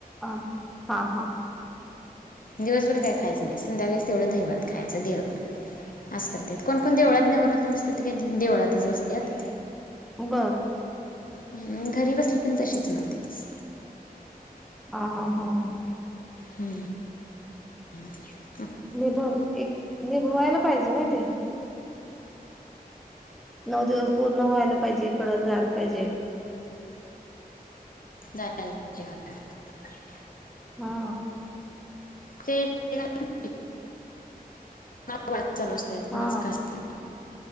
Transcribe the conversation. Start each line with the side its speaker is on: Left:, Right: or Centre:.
Centre: अ हा हा
Left: दिवसभर काय खायचं नाही, संध्याकाळीच तेवढं दहिभात खायचं देव असं करतात, कोण कोण देवळात नवरतन बसतात ती काय देवळातच बसतात.
Centre: बर
Left: हम्म घरी बसली पण तशीच नऊ दिवस.
Centre: हा हा हा हा
Left: हम्म <unintelligible>
Centre: निभ एक निभवायला पाहिजे ना ते. नऊ दिवस पूर्ण व्हायला पाहिजे इकडं जायला पाहिजे.
Left: जायला पाहिजे <unintelligible>
Centre: हा
Left: ते <unintelligible> नाही चालू असतय कोणाच
Centre: हा
Left: काय असतंय.